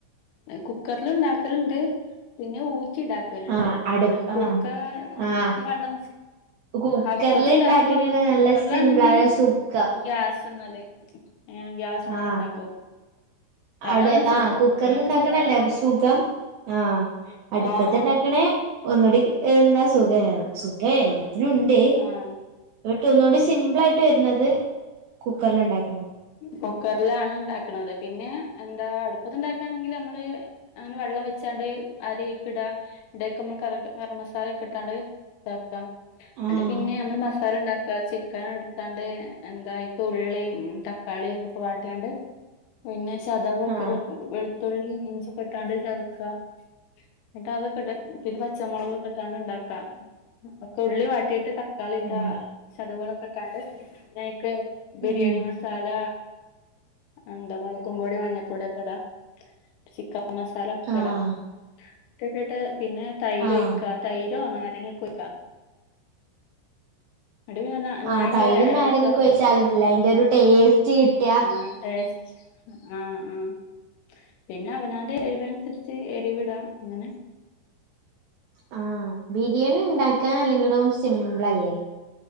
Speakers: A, on the left; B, on the right.
A: കുക്കറിൽ ഇണ്ടാക്കല്ണ്ട് പിന്നെ ഊറ്റി ഇണ്ടാ ലുണ്ട്
B: ആഹ് അടുപ്പ്
A: കുടുക്ക
B: ആഹ് ആഹ്
A: കുടുക്കിവെള്ളം
B: കുക്കറില്
A: അട്പ്പത്ത് ഇണ്ടാക്കും
B: ഇണ്ടാക്കണാണ് നല്ല
A: കുക്കറിലാണെങ്കില്
B: സിംമ്പിൾ അതെ സുഖം
A: ഗ്യാസ്മല് എ അ ഗ്യാസ്മല്
B: ആഹ്
A: ഉണ്ടാക്കും അതാണ്
B: അട്
A: സുഖം
B: ആഹ കുക്കർൽ
A: ഏറ്റവും
B: ഇണ്ടാക്ണതല്ലേ
A: സുഖം അതാണ്
B: അപ്പോസുഖം ആഹ അട്പ്പത്ത്ണ്ടാക്കണെ
A: ആഹ് ആഹ്
B: ഒന്നുകൂടി എന്താ സുഖേ സുഖേ എല്ലാത്തിനും ഉണ്ട്
A: ആഹ
B: ഇങ്ങട്ട് ഒന്നുകൂടി സിംപിൾ ആയിട്ട് വരുന്നത് കുക്കറിൽ ഇണ്ടാക്ക്ണ
A: കുക്കറിലാണ് ഇണ്ടാക്ക്ണത് പിന്നെ എന്താ അടുപ്പത്ണ്ടാക്കാണെങ്കിൽ ഞമ്മള് അങ്ങനെ വള്ളം വെച്ചാണ്ട് അരി അയ്ക്ക്ഇട ന്നട്ട് അയ്ക്ക് കറ കറ്മസാല ഒക്കെ ഇട്ടാണ്ട് ഇതാക്ക ഇന്നട്ട്
B: ആഹ്
A: പിന്നെ നമ്മള് മസാല ഇണ്ടാക്ക ചി ക്കന് ഇട്ത്താണ്ട് എന്താ അയ്ക്ക് ഉള്ളീം തക്കാളീം ഒക്കെ വാട്ടിങ്ങാണ്ട് പിന്നെ ചതവൊക്കെ
B: ആഹ്
A: ഉ വെൾത്തുള്ളിം ഇഞ്ചി ഒക്കെ ഇട്ട്ങ്ങാണ്ട് ചതക്കാ ന്നട്ട് അതൊക്കെ ഇട്ട് പിന്നെ പച്ചമൊളക് ഒക്കെ ഇട്ട്ങ്ങാണ്ട് ഇണ്ടാക്ക ഒക്കെ ഉള്ളി വാട്ടിയിട്ട് ത തക്കാളി ഇട്ട്
B: ആഹ്
A: ചതവോള് ഒക്കെ ഇട്ടാണ്ട് പിന്നെ അയ്ക്ക് ബിരിയാണി
B: ഉം
A: മ സാല എന്താ മൊളകും പൊടി മഞ്ഞപൊടി ഒക്കെ ഇട ചിക്ക ക്കൻ മസാലൊക്കെ
B: ആഹ്
A: ഇട ഒക്കെ ഇട്ട്ട്ട് പിന്നെ തൈര്
B: ആഹ്
A: ഒഴിക്ക തൈരോ നാരങ്ങെ ഒക്കെ ഒഴിക്കാ ന്നട്ട് പിന്നെ ന നന്നായിട്ട്
B: ആഹ് തൈരും
A: എളക്കാ
B: നാരങ്ങൊക്കെ ഒഴിച്ചാലുണ്ടല്ലോ
A: മസാല
B: അതിന്റെ ഒരു ടേസ്റ്റ് കിട്ടാ
A: അഹ് ആഹ് ടേസ്റ്റ് ആഹ് ആഹ് പിന്നെ അവനാന്റെ എരിവ്ന് അനുസരിച്ച് എരിവ്ടാ അങ്ങനെ
B: ആഹ് ബിരിയാണി ഇണ്ടാക്കാൻ അല്ലെങ്കിലും സിംമ്പ്ളല്ലേ